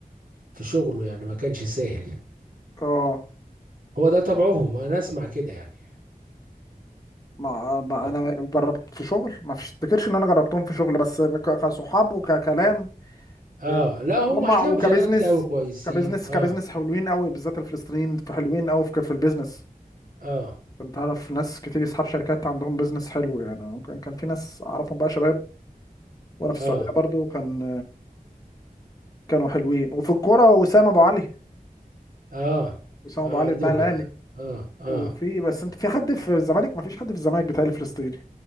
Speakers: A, on the right (about 65°); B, on the left (about 25°).
A: في شغله يعني ما كانش سهل
B: اه
A: هو ده طبعهم أنا أسمع كده يعني
B: ما ما
A: و-
B: انا جربت في شغل ما افتكرش ان انا جربتهم في شغل بس ك- كصحاب وككلام
A: آه
B: إيه،
A: لا هم
B: هم
A: هتلاقيهم
B: وكبزنس
A: جنات قوي كويسين
B: كبزنس
A: آه
B: كبزنس حلوين قوي بالذات الفلسطينيين في حلوين قوي في في البيزنس
A: آه
B: كنت اعرف ناس كتير اصحاب شركات عندهم بيزنس حلو يعني كان كان في ناس اعرفهم بقى شباب وانا
A: آه
B: في السعوديه برضو كان كانوا حلوين وفي الكوره وسام ابو علي
A: آه
B: وسام
A: آه
B: ابو علي
A: عندكم
B: بتاع الاهلي
A: ده اه اه
B: وفي بس انت في حد في الزمالك ما فيش حد في الزمالك بتاعي فلسطيني